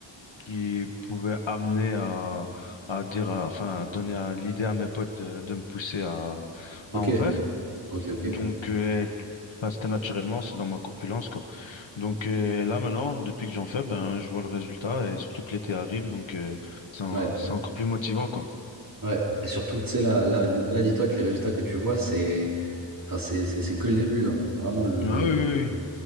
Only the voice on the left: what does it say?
qui pouvait amener à, à dire, à- enfin, à donner à- l'idée à mes potes de, de me pousser à,
à en faire.
Donc, euh, et- enfin, c'était naturellement, c'est dans ma corpulence, quoi. Donc euh, là, maintenant, depuis que j'en fais, ben, je vois le résultat et surtout que l'été arrive, donc euh, c'est en-
c'est encore plus motivant, quoi.
Ah
oui, oui,
oui.